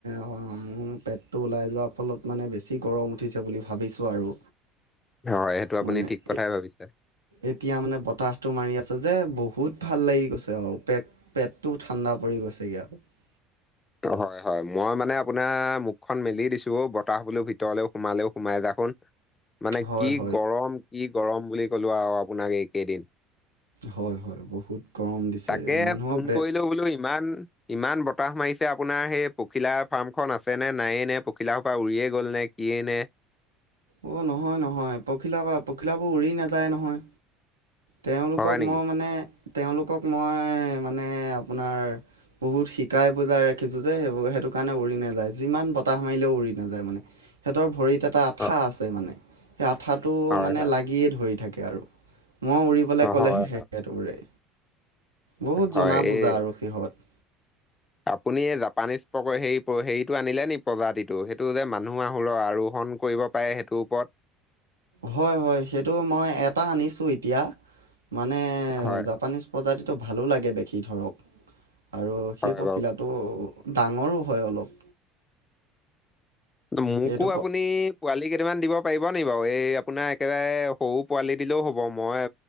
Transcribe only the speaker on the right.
অ', পেটটো ওলাই যোৱাৰ ফলত মানে বেছি গৰম উঠিছে বুলি ভাবিছোঁ আৰু
মানে
এ
এতিয়া মানে বতাহটো মাৰি আছে যে বহুত ভাল লাগি গৈছে আৰু পেট পেট টো ঠাণ্ডা পৰি গৈছে পছেগ আৰু <unintelligible>
হয়
হয়
হয় হয় বহুত গৰম দিছে
মানুহৰ
বে
অ', নহয় নহয় পখিলা পখিলাবোৰ উৰি নাযায় নহয় তেওঁলোকক
মই মানে তেওঁলোকক মই মানে আপোনাৰ বহুত শিকাই বুজাই ৰাখিছোঁ যে সেইবোৰ সেইটো কাৰণে উৰি নাযায় যিমান বতাহ মাৰিলেও উৰি নাযায় মানে সিহতৰ ভৰিত এটা আঠা
আছে মানে সেই আঠাটো
মানে
লাগিয়ে ধৰি থাকে আৰু মই উৰিবাই
ক'লেহে
সে উৰে বহুত
জনা বুজা
আৰু সিহঁত
হয় হয় সেইটো মই এটা আনিছো এতিয়া মানে
জাপানিজ প্ৰজাতিটো ভালো লাগে দেখি ধৰক আৰু
সেই পখিলাটো
ডাঙৰো হয় অলপ
সেইটো প